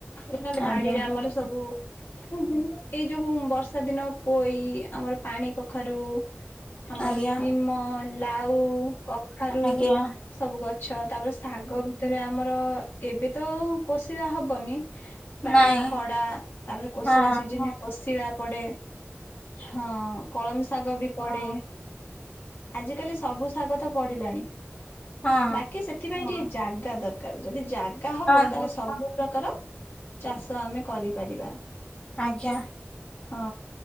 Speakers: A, on the left; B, on the left.
A: ନହେଲେ
B: ଆଜ୍ଞା
A: ବାଡିରେ ଆମର ସବୁ ଏଇ ଯୋଉ ବର୍ଷା ଦିନ ପୋଇ, ଆମର ପାଣି କଖାରୁ ଆମର
B: ଆଜ୍ଞା
A: ଶିମ, ଲାଉ, କଖାରୁ
B: ଆଜ୍ଞା
A: ସବୁ ଗଛ ତାପରେ ଶାଗ ଭିତରେ ଆମର, ଏବେ ତ କୋଷିଳା ହବନି ବାକି
B: ନାଇଁ
A: ଖଡା, ତାପରେ କୋଷିଳା
B: ହଁ
A: ସିଜିନ୍ ରେ କଷିଳା ପଡେ, ହଁ କଳମ ଶାଗ ବି ପଡେ। ଆଜିକାଲି ସବୁ ଶାଗ ତ ପଢିଲାଣି,
B: ହଁ
A: ବାକି ସେଥିପାଇଁ ଟି ଜାଗା ଦରକାର, ଯଦି ଜାଗା ହବ
B: ହଁ ତ
A: ତାହେଲେ ସବୁ ପ୍ରକାର ଚାଷ ଆମେ କରିପାରିବା।
B: ଆଜ୍ଞା।
A: ହଁ।